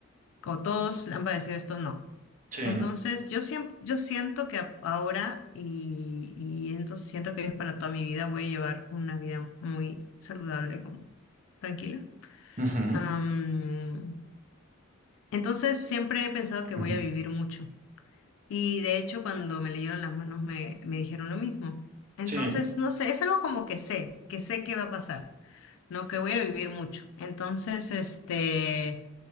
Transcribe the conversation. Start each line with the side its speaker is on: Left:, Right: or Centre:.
Left: como todos han padecido esto, no.
Right: Sí,
Left: Entonces yo siempre, yo siento que a- ahora y, y entonces siento que es para toda mi vida voy a llevar una vida muy saludable, como tranquila.
Right: ujú,
Left: Am, entonces siempre he pensado que
Right: ujú,
Left: voy a vivir mucho. Y de hecho, cuando me leyeron las manos me, me dijeron lo mismo. Entonces,
Right: Sí,
Left: no sé, es algo como que sé, que sé que va a pasar, no que voy a vivir mucho. Entonces, este,